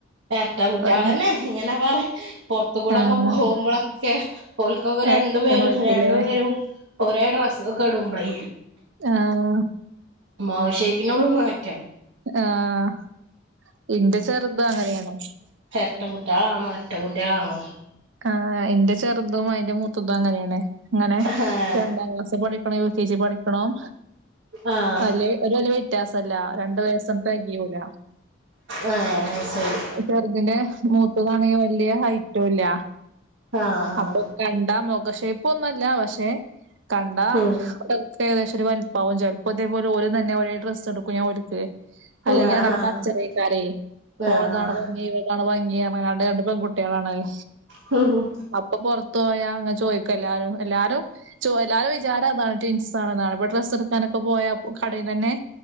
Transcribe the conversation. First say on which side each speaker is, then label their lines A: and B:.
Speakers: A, on the right; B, on the right.
A: എരട്ട കുട്ട്യെളെന്നെ
B: ഒരു
A: ഇങ്ങനെ. വേറെ പെറത്ത് കൂടെക്കെ
B: ആഹ്
A: പോകുമ്പോളൊക്കെ. ഒൽക്കൊക്കെ
B: ആയിരിക്കണായിരിക്കുംല്ലേ
A: രണ്ടു പേരും രണ്ടു പേരും ഒരേ ഡ്രസ് ഒക്കെടുമ്പളെ.
B: ആഹ്
A: മുഖഷൈപ്പിന് ഒള്മാറ്റം.
B: ആഹ് ഇന്റെ ചെറുതു അങ്ങനെയാണ്.
A: ഒറ്റ കുട്ടികളാണോ എരട്ട കുട്ടികളാണോ?
B: ആഹ് ഇന്റെ ചെറുതും അയിന്റെ മൂത്തതും അങ്ങനെയാണ്. ങ്ങനെ
A: ആഹ്
B: രണ്ടാം ക്ലാസ് പഠിക്കണെ യു കെ ജി പഠിക്കണം
A: ആഹ്
B: അല്ലേ ഒരു വല്യ വ്യത്യാസല്ല രണ്ടു വയസ് തെകയൂല.
A: ഏഹ് അഅ്സരി.
B: ചെറുതിന്റെ മൂത്താണെങ്കി വല്യ ഹയ്റ്റുല്ല.
A: ആഹ് ആഹ്
B: അപ്പൊ കണ്ട മുഖ ഷൈപ്പ്ന്നുല്ല പക്ഷെ കണ്ട
A: ഉം
B: ക്കെ ഏകദെശ ഒരു വലിപ്പാവും. ചെൽപ്പോ ഇതെപോല ഓരും ത്തന്നെ ഒരേ ഡ്രസ് ഇട്ക്കും. ഞങ്ങളൊരു ച്ച് അല്ലെങ്കിയതവ്ടെ
A: ആഹ് ആഹ്
B: കച്ചറയിക്കാരെ
A: ആഹ്
B: ഓൾതാണ് ഭംഗി ഇവര്താ ഇതാണ് ഭംഗി പറഞ്ഞ് ങ്ങാണ്ട് രണ്ട് പെൺകുട്ടികളാണത്.
A: ഹും ഹും
B: അപ്പൊ പെറത്ത് പോയാ അങ്ങെ ചോയ്ക്കല്ലാരും എല്ലാരും. ചോ എല്ലാരം വിചാരം അതാണ് റ്റിൻസാണ് എന്നാണ് ഇപ്പൊ ഡ്രസ്സ് എടുക്കാനൊക്കെ പോയാ കടേന്നന്നെ.